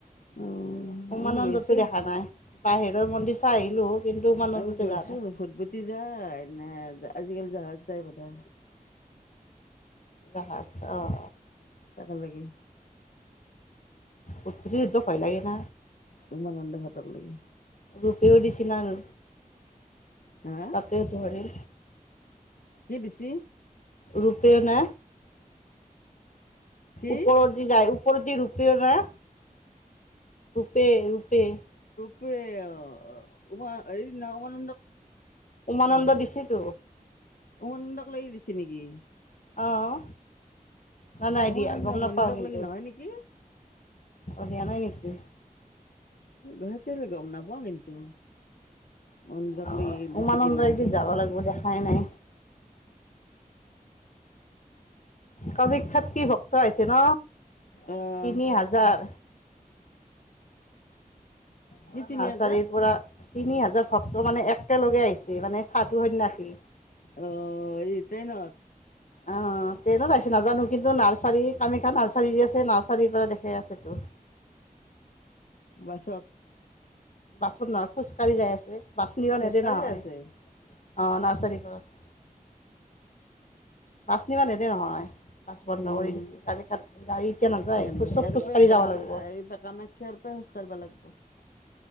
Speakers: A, on the left; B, on the left.
A: অ
B: উমানন্দটো
A: আমি গৈছো
B: দেখা নাই বাহিৰৰ মন্দিৰ চাই আহিলোঁ কিন্তু উমানন্দতে
A: আমি গৈছো
B: যোৱা নাই
A: ফুটপুতি যায় নে আজিকালি জাহাজ যাই পতা
B: জাহাজ অঁ
A: তাক লাগি
B: উতি যদ্ধ পাই লাগে ন
A: তু মনন্দে খতৰ লাগি
B: ৰুপিও দিছিল আৰু
A: হা
B: তাতেওতো ৰি
A: কি দিছি
B: ৰূপে ন
A: কি
B: ওপৰৰত দি যায় ৰূপে ন পে পে
A: প অ অ উম এই ন মৰ
B: উমানন্দ দিছিল স
A: উমনন্দক লাগি দিছে নেকি
B: আহ নাই নাই
A: উমানন্দ
B: দিয়া গম নাপাও
A: মন্দিৰক
B: কিন্তু
A: লাগি নহয় নেকি
B: অধিয়া নাই নেকি
A: গুৱাহাট গম নাপাও কিন্তু মন্দিৰক
B: অ
A: লৈ দিছে
B: উমানন্দই
A: কি নাই
B: এদ যাব লাগিব দেখাই নাই কামিকখ্যাত কি ভক্ত আহছে ন
A: আহ
B: তিনি হাজাৰ
A: কি তিনি
B: নাৰ্চাৰীৰ
A: হাজাৰ
B: পৰা তিনি হাজাৰ ভক্ত মানে একেলগে আহিছে মানে চাহটো সন্য়াস উ
A: অ ইতোই ন
B: আহ ট্ৰেইনোত আহাইছে নাজানো কিন্তু নাৰ্চাৰী কামাখ্যা নাৰ্চাৰী আছে নাৰ্চাৰীৰ পৰা দেখাই আছেতো
A: বাছত
B: বাচনথ খোজকাঢ়ি যায় আছে বাছন
A: খোজকাঢ়ি
B: নেদে নহয়
A: যাই আছে
B: অঁ নাৰ্চাৰী ঘত <unintelligible> বাচনি ম এতে নহয় বাছ বন্ধ
A: উম
B: কৰি দিছ কালি খাত গাড়ী এতিয়া নাযায়
A: নেদে
B: খোজ চোব
A: ইয়াৰ
B: খোজকাঢ়ি
A: পে
B: যাব লাগিব
A: এই কামাখ্যাৰ পে খোজ কাঢ়িব লাগিব
B: <unintelligible>